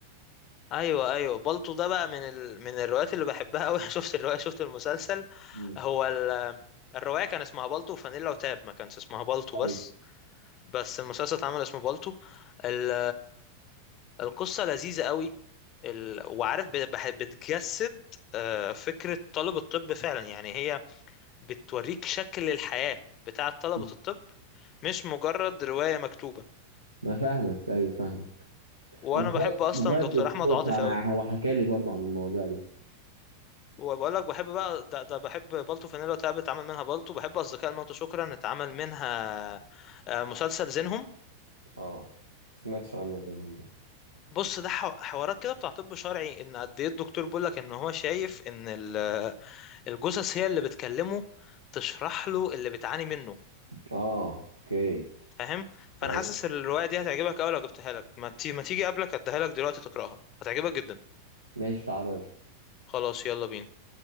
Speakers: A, on the left; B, on the right.
A: ايوه ايوه بالطو ده بقى من ال... من الروايات اللي بحبها قوي <laughs> شفت الروايه شفت المسلسل
B: مم.
A: هو ال... الروايه كان اسمها بالطو وفانيلا وتاب ما كانش اسمها بالطو
B: ايوه
A: بس بس المسلسل اتعمل اسمه بالطو ال... القصه لذيذه قوي ال... وعارف ب... بح- بتجسد آه، فكره طلب الطب فعلا يعني هي بتوريك شكل الحياه بتاعه طلبه
B: مم.
A: الطب مش مجرد روايه مكتوبه
B: ما فاهمك ايوه فاهمك
A: وانا
B: انا <laughs> موبايل
A: بحب اصلا
B: موبايل
A: دكتور
B: دكتور
A: احمد عاطف
B: فانا
A: قوي
B: هو حكى لي برضو عن المواضيع دي
A: وبقول لك بحب بقى ده, ده بحب بالتو فانيلا وتعب اتعمل منها بالتو بحب اصدقاء الموت شكرا اتعمل منها آه، مسلسل زينهم
B: اه ما سمعتش عنه زيهم ده
A: بص ده حو- حوارات كده بتاع طب شرعي ان قد ايه الدكتور بيقول لك ان هو شايف ان ال- الجثث هي اللي بتكلمه تشرح له اللي بتعاني منه
B: اه اوكي
A: فاهم فانا
B: ايوه
A: حاسس الروايه دي هتعجبك قوي لو جبتها لك ما تي- ما تيجي قبلك اديها لك دلوقتي تقراها هتعجبك جدا
B: ماشي تعالى يلا.
A: خلاص يلا بينا